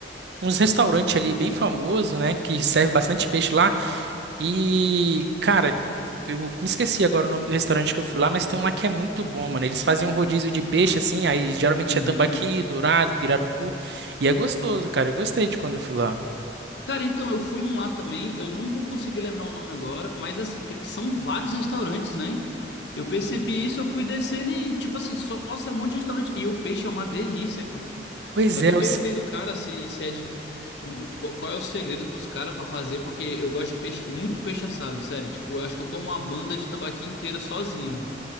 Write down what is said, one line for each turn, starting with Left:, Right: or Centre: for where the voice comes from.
Right: uns restaurantes ali bem famoso, né, que serve bastante peixe lá. E, cara, eu me esqueci agora o nome do restaurante que eu fui lá, mas tem um lá que é muito bom, mano. Eles fazem um rodízio de peixe assim, aí geralmente
Left: Uhum.
Right: é tambaqui, dourado, pirarucu, e é gostoso, cara. Eu gostei de quando eu fui lá.
Left: Cara, então eu fui num lá também, eu não vou conseguir lembrar o nome agora, mas assim, tem- são vários restaurantes, né? Eu percebi isso, eu fui descendo e, tipo assim, só nossa, é um monte de restaurante. E o peixe é uma delícia, cara.
Right: Pois
Left: Eu até
Right: é, eu
Left: perguntei
Right: se-
Left: do cara se, se é de. no- Qual qual é o segredo dos caras pra fazer, porque eu gosto de peixe, muito peixe assado, sério. Tipo, eu acho que eu como uma banda de tambaqui inteira sozinho, velho.